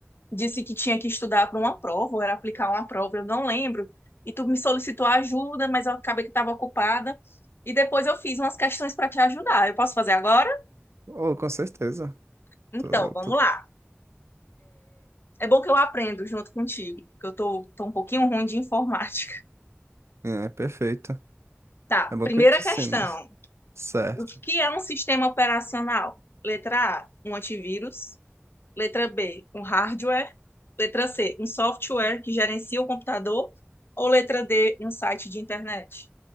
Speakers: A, on the left; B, on the right.
A: disse que tinha que estudar para uma prova, ou era aplicar uma prova, eu não lembro. E tu me solicitou ajuda, mas eu acabei que estava ocupada. E depois eu fiz umas questões para te ajudar. Eu posso fazer agora?
B: Oh, com certeza.
A: Então,
B: Tô,
A: vamos
B: tô...
A: lá. É bom que eu aprendo junto contigo, porque eu tô, tô um pouquinho ruim de informática.
B: É, perfeito.
A: Tá,
B: É bom
A: primeira
B: que eu te
A: questão.
B: ensino, mas... Certo.
A: O que é um sistema operacional? Letra A, um antivírus. Letra B, um hardware. Letra C, um software que gerencia o computador. Ou letra D, um site de internet?